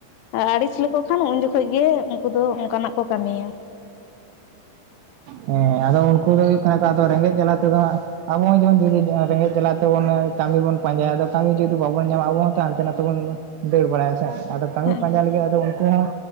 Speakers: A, on the left; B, on the right.
A: ᱟᱹᱲᱤᱥ ᱞᱮᱠᱚ ᱠᱷᱟᱱ ᱩᱱ ᱡᱚᱠᱷᱚᱱ ᱜᱮ ᱩᱱᱠᱩ ᱫᱚ ᱚᱱᱠᱟᱱᱟᱜ ᱠᱚ ᱠᱟᱹᱢᱤᱭᱟ
B: ᱦᱮᱸ ᱟᱫᱚ ᱩᱱᱠᱩ ᱫᱚ ᱦᱩᱭᱩᱜ ᱠᱟᱱᱟ ᱠᱚ ᱟᱫᱚ ᱨᱮᱸᱜᱮᱡ ᱡᱟᱞᱟ ᱛᱮᱫᱚ ᱦᱟᱸᱜ ᱟᱵᱚ ᱦᱚᱸ ᱡᱮᱢᱚᱱ ᱡᱩᱫᱤ ᱨᱮᱸᱜᱮᱡ ᱡᱟᱞᱟ ᱛᱮᱵᱚᱱ ᱠᱟᱹᱢᱤ ᱵᱚᱱ ᱯᱟᱸᱡᱟᱭᱫᱟ᱾ ᱠᱟᱹᱢᱤ ᱡᱩᱫᱤ ᱵᱟᱵᱚᱱ ᱧᱟᱢᱟ, ᱟᱵᱚ ᱦᱚᱸᱛᱚ ᱦᱟᱱᱛᱮ ᱱᱟᱛᱮ ᱵᱚᱱ ᱫᱟᱹᱲ ᱵᱟᱲᱟᱭᱟ ᱥᱮ ᱟᱫᱚ ᱠᱟᱹᱢᱤ
A: ᱦᱮᱸ
B: ᱯᱟᱸᱡᱟ ᱞᱟᱹᱜᱤᱫ ᱟᱫᱚ ᱩᱱᱠᱩ ᱦᱚᱸ